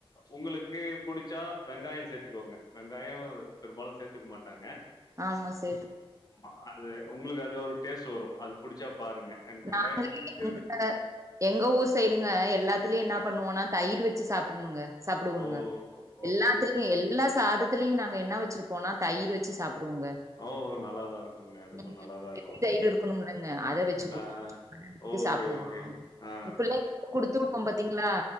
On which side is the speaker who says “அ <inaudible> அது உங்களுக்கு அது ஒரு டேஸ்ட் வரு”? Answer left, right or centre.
Left